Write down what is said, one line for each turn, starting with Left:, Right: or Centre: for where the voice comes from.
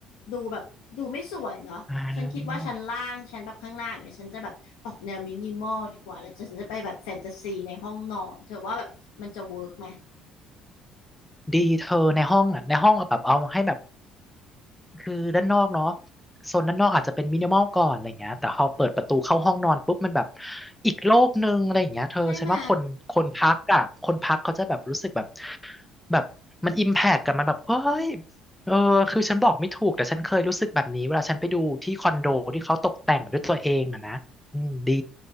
Left: ดูแบบดูไม่สวยเนาะฉันคิดว่าชั้นล่างชั้นแบบข้างหน้าอย่างเงี้ยฉันจะแบบออกแนวมินิมอลดีกว่าแล้วฉันจะไปแบบแฟนตาซีในห้องนอนเธอว่าแบบมันจะเวิร์กไหม
Centre: อ่า ดีเธอในห้องอ่ะในห้องเอาแบบเอาให้แบบคือด้านนอกเนาะโซนด้านนอกอาจจะเป็นมินิมอลก่อนอะไรเงี้ยแต่พอเปิดประตูเข้าห้องนอนปุ๊บมันแบบอีกโลกหนึ่งอะไรอย่างเงี้ยเธอฉันว่าคนคนพักอ่ะคนพักเขาจะแบบรู้สึกแบบ
Left: ใช่ไหม
Centre: แบบมันอิมแพกกับมันแบบเฮ้ยเออคือฉันบอกไม่ถูกแต่ฉันเคยรู้สึกแบบนี้เวลาฉันไปดูที่คอนโดที่เขาตกแต่งด้วยตัวเองอะนะอืมดี